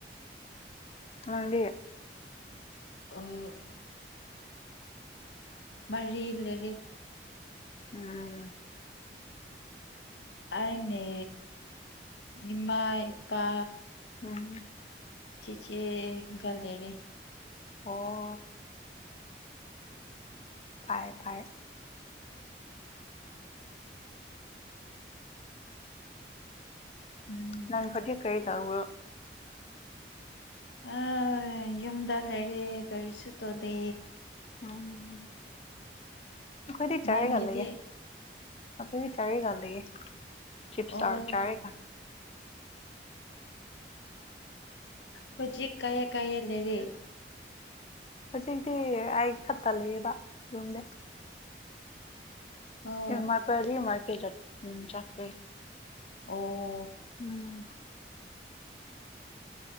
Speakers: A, on the left (about 35°); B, on the left (about 80°).
A: ꯃꯪ
B: ꯑ ꯃꯔꯤ ꯂꯩꯔꯤꯦ
A: ꯎꯝ
B: ꯑꯅꯦ ꯏꯃꯥ ꯏꯄꯥ
A: ꯎꯝ
B: ꯆꯆꯦ ꯜꯂꯤꯔꯤ
A: ꯑꯣ ꯄꯥꯏ ꯄꯥꯏ
B: ꯎꯝ
A: ꯅꯪ ꯍꯧꯖꯤꯛ ꯀꯔꯤ ꯇꯧꯕ꯭ꯔꯣ
B: ꯑ ꯌꯨꯝꯗ ꯂꯩꯔꯦ ꯀꯔꯤꯁꯨ ꯇꯧꯗꯦ
A: ꯎꯝ ꯀꯣꯏꯗꯤ ꯆꯥꯦꯒ
B: ꯅꯪꯒꯤꯗꯤ
A: ꯂꯒ ꯑꯣꯏꯗꯤ ꯆꯥꯔꯦꯒ ꯂꯩꯌꯦ ꯆꯞꯁꯔ
B: ꯑꯣ
A: ꯆꯥꯔꯒ
B: ꯍꯧꯖꯤꯛ ꯀꯌꯥ ꯀꯌꯥ ꯂꯩꯔꯦ
A: ꯍꯧꯖꯤꯛꯇꯤ ꯑꯩ ꯈꯠꯇ ꯂꯩꯑꯕ ꯌꯣꯝꯗꯝ
B: ꯑꯣ
A: ꯃꯥ ꯄꯔꯤ ꯃꯥ ꯀ ꯆ ꯎ ꯆꯀꯔꯤ
B: ꯑꯣ
A: ꯎꯝ